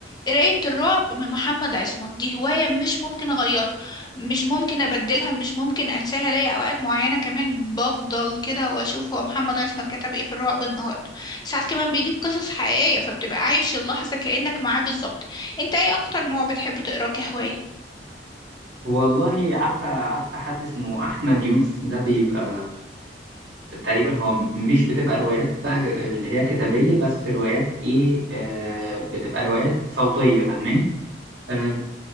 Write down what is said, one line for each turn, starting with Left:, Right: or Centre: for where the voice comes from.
Left: قراية الرعب من محمد عصمت دي هواية مش ممكن أغيرها مش ممكن أبدلها مش ممكن أنساها ليا أوقات معينة كمان بفضل كده وأشوف هو محمد عصمت كتب إيه في الرعب النهاردة ساعات كمان بيجيب قصص حقيقية فبتبقى عايش اللحظة كأنك معاه بالظبط أنت إيه أكتر نوع بتحب تقراه كهواية؟
Right: والله عارفة عارفة حد اسمه أحمد يونس ده بيبقى تقريبا هو م- مش بتبقى روايات بقى اللي هي كتابية بس روايات ايه آه بتبقى روايات صوتية فاهماني آه